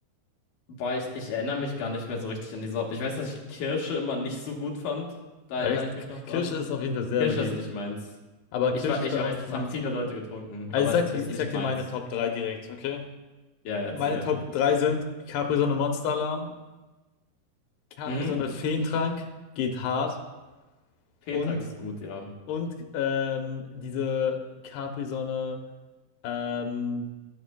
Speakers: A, on the left (about 60°); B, on the left (about 85°).
A: boah, ich, ich erinnere mich gar nicht mehr so richtig an die Sorten. Ich weiß, dass ich Kirsche immer nicht so gut fand. Da
B: Echt?
A: erinnere ich mich
B: K-
A: noch dran.
B: Kirsche ist auf jeden Fall sehr
A: Kirsche
B: beliebt.
A: ist nicht meins.
B: Aber
A: Ich,
B: Kirsch
A: wei-
B: ist
A: ich
B: bei
A: weiß,
B: auch nicht
A: das
B: meins.
A: haben viele Leute getrunken,
B: Also
A: aber
B: ich
A: es
B: sag
A: ist
B: dir, ich
A: nicht
B: sag
A: meins.
B: dir meine Top drei direkt, okay?
A: Ja, erzähl.
B: Meine Top 3 sind Capri-Sonne Monster-Alarm, Capri-Sonne
A: Mhm.
B: Feentrank, geht hart
A: Fehntrag
B: und,
A: ist gut, ja.
B: und ähm, diese Capri-Sonne ähm,